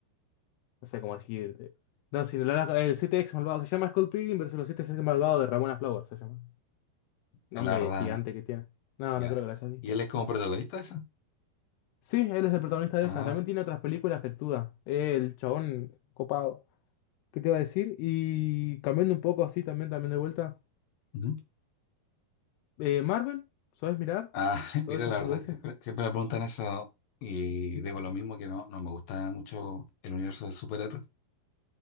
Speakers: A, on the left; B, on the left.
A: no sé cómo decirte. No, si la- la- el 7 ex malvado se llama Scott Pilgrim versus los 7 ex malvado de Ramona Flowers, se llama. Nombre
B: La verdad,
A: gigante
B: no.
A: que tiene. No,
B: Ya.
A: no creo que la hayas visto.
B: ¿Y él es como protagonista de esa?
A: Sí, él es el protagonista de
B: Ah,
A: esas. También tiene otras películas que actúa. El chabón copado. ¿Qué te iba a decir? Y cambiando un poco así también, también de vuelta.
B: ujú.
A: Eh, Marvel, ¿sabes mirar?
B: Ah, <laughs>
A: Todas
B: mira,
A: esas
B: la verdad
A: boludeces.
B: que siempre, siempre me preguntan eso y digo lo mismo, que no, no me gusta mucho el universo del superhéroe.